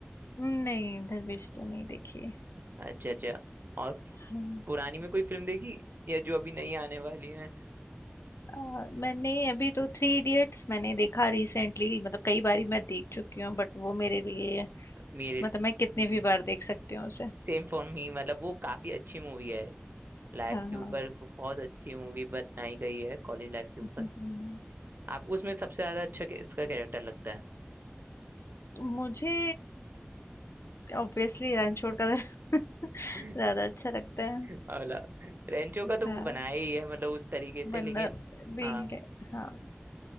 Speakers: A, on the left (about 80°); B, on the right (about 50°).
A: हम्म। नहीं दरवेश तो नहीं देखी
B: अच्छा अच्छा और
A: हाँ
B: पुरानी में कोई फिल्म देखी या जो अभी नई आने वाली है
A: आ, मैंने अभी तो थ्री इडियट्स मैंने देखा रिसेंटली मतलब कई बारी मैं देख चुकी हूँ बट वो मेरे लिए
B: मेरे
A: मतलब मैं कितनी भी बार देख सकती हूँ उसे
B: सेम फॉर मी मतलब वो काफी अच्छी मूवी है लाइफ
A: हाँ
B: के
A: हाँ
B: ऊपर बहुत अच्छी मूवी बनाई गई है कॉलेज लाइफ के ऊपर
A: हम्म,
B: आपको उसमें सबसे ज्यादा अच्छा के- इसका कैरेक्टर लगता है
A: तो मुझे ऑब्वियसली रणछोड़ का <laughs> ज्यादा
B: <laughs>
A: अच्छा लगता है
B: मतलब रेंचो का तो
A: हाँ
B: वो बनाया ही है मतलब उस तरीके से
A: वरना
B: लेकिन
A: being
B: हाँ
A: हाँ